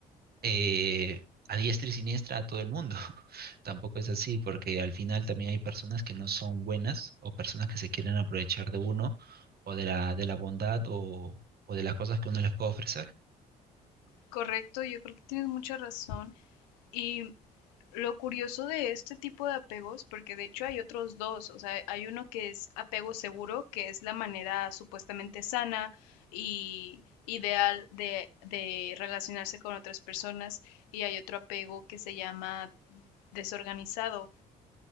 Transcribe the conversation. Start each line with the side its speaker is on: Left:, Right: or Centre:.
Right: eh, a diestra y siniestra a todo el mundo. <laughs> Tampoco es así, porque al final también hay personas que no son buenas o personas que se quieren aprovechar de uno o de la, de la bondad o, o de las cosas que uno les puede ofrecer.
Left: Correcto, yo creo que tienes mucha razón y Lo curioso de este tipo de apegos, porque de hecho hay otros dos, o sea, hay uno que es apego seguro, que es la manera supuestamente sana y ideal de, de relacionarse con otras personas, y hay otro apego que se llama desorganizado,